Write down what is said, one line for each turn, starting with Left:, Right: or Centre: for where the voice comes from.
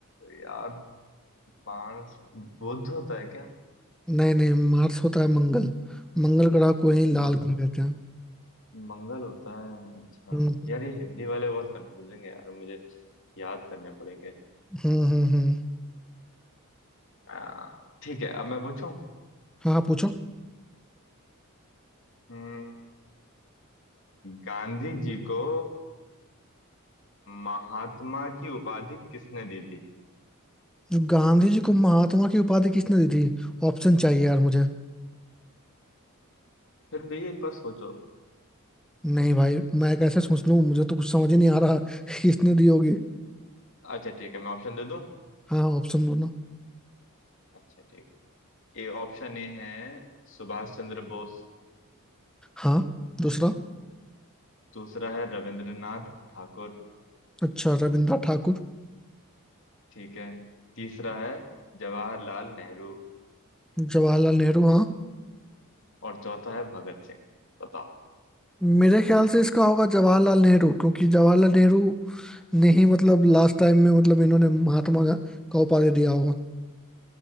Left: यार मार्स बुध होता है क्या
Centre: नहीं नहीं मार्स होता है मंगल मंगल ग्रह को ही लाल
Left: मंग,
Centre: ग्रह कहते हैं
Left: मंगल होता है अच्छा
Centre: हम्म
Left: यार ये हिंदी वाले बहुत कंफ्यूजिंग है यार मुझे याद करने पड़ेंगे
Centre: हम्म हम्म हम्म।
Left: आ, ठीक है अब मैं पूछूं
Centre: हाँ हाँ पूछो
Left: हम्म, गांधी जी को महात्मा की उपाधि किसने दी थी
Centre: जो गांधी जी को महात्मा की उपाधि किसने दी थी ऑप्शन चाहिए यार मुझे
Left: फिर भी एक बार सोचो
Centre: नहीं भाई मैं कैसे सोच लूं मुझे तो कुछ समझ ही नहीं आ रहा <laughs> किसने दी होगी
Left: अच्छा ठीक है मैं ऑप्शन दे दूं
Centre: हाँ ऑप्शन दो ना
Left: अच्छा ठीक है ए ऑप्शन ए है सुभाष चंद्र बोस
Centre: हाँ दूसरा
Left: दूसरा है रविंद्रनाथ ठाकुर
Centre: अच्छा रविंद्रनाथ ठाकुर
Left: ठीक है तीसरा है जवाहरलाल नेहरू
Centre: जवाहरलाल नेहरू हाँ
Left: और चौथा है भगत सिंह बताओ
Centre: मेरे ख्याल से इसका होगा जवाहरलाल नेहरू क्योंकि जवाहरलाल नेहरू ने ही मतलब लास्ट टाइम में मतलब इन्होंने महात्मा गा- का उपाधि दिया होगा